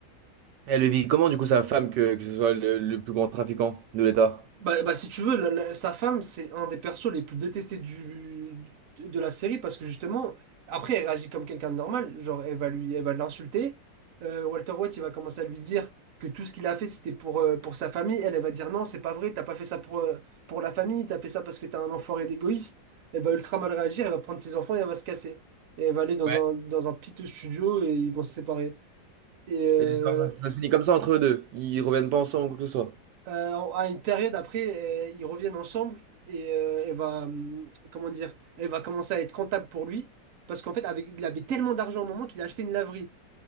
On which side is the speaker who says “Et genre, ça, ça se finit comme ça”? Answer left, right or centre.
Right